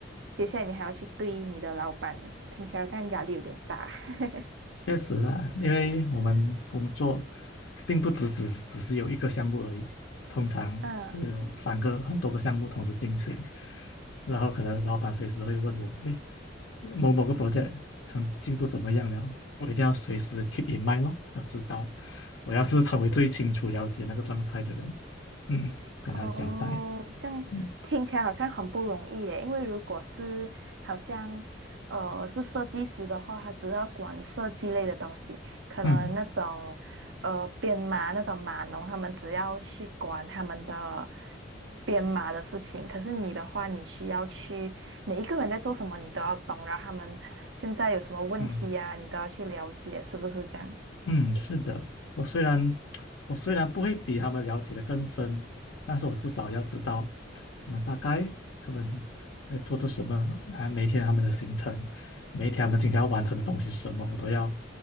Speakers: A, on the right; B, on the left.
A: 接下来你还要去对你的老板，听起来好像压力有点大。<laughs>
B: 确实啦，因为我们工作并不只只只是有一个项目而已，通常就有三个很多个项目同时进行，
A: 嗯
B: 然后可能老板随时会问我，哎，某某个 project 成进度怎么样了？我一定要随时 keep in mind 咯，要知道，我要是成为最清楚了解那个状态的人，嗯，跟他交代，
A: 哦，这样听起来好像很不容易耶。
B: 嗯
A: 因为如果是好像呃是设计师的话，他只要管设计类的东西，可能那种呃编码那种码农，
B: 嗯
A: 他们只要去管他们的编码的事情。可是你的话，你需要去每一个人在做什么，你都要懂，然后他们现在有什么问题呀、
B: 嗯。
A: 你都要去了解，是不是这样？
B: 嗯，是的，我虽然我虽然不会比他们了解的更深，但是我至少要知道他们大概他们在做着什么，还有每天他们的行程，每一天他们今天要完成的东西是什么，我都要